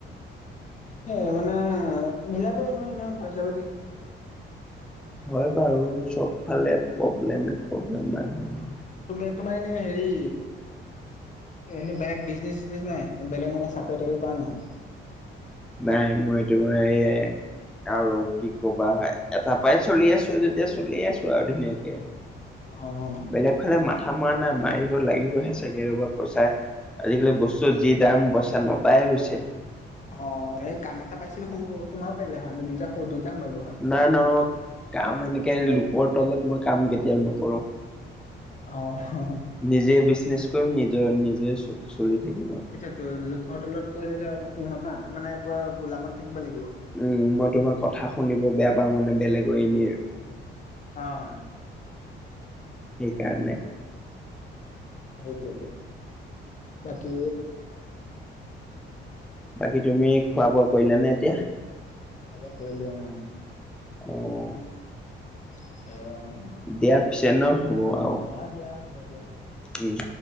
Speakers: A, on the left; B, in the centre.
A: এ মানে মিলাবই নোৱাৰি নহয় পইচা পাতি
B: হয় বাৰু, চব ফালে প্ৰব্লেম প্ৰব্লেম মানুহৰ।
A: তুমি তোমাৰ এনে হেৰি এনেই বেলেগ বিজনেচ-চিজনেচ নাই বেলেগ, মানে চাকৰি তাকৰি কৰা নাই?
B: নাই, মই তোমাৰ এইয়াই আৰু কি কবা, এটাৰ পৰাই চলি আছো যেতিয়া চলিয়ে আছো আৰু ধুনীয়াকে।
A: অ'।
B: বেলেগ ফালে মাথা মৰা নাই, মাৰিব লাগিবহে চাগে ৰ'বা পইচাই আজিকালি বস্তুৰ যি দাম, পইচা নটাই হৈছে।
A: অ', এই কাম এটা পাইছিলো সোমো সোমাব পাৰিলা হয়, আমি দুইটা দুইটা সোমালো হয়।
B: নাই নহ, মই কাম এনেকে লোকৰ তলত মই কাম কেতিয়াও নকৰো।
A: অ'।
B: নিজেই বিজনেছ কৰিম, নিজৰ নিজে চলি থাকিম আৰু।
A: তো, লোকৰ তলত কৰিলে ধৰ সিহঁতৰ মানে পুৰা গোলামত থাকিব লাগিব।
B: উম, মই তোমাৰ কথা শুনিব বেয়া পাওঁ মানে বেলেগৰ এনেই।
A: অ'।
B: সেইকাৰণে।
A: সেইটোটো, বাকি
B: বাকী তুমি, খোৱা বোৱা কৰিলা নে এতিয়া?
A: <unintelligible>
B: অ'।
A: <unintelligible>
B: দিয়া পিছে হ, হ'ব আৰু।
A: অ', দিয়া, হ'ব দিয়া।
B: উম।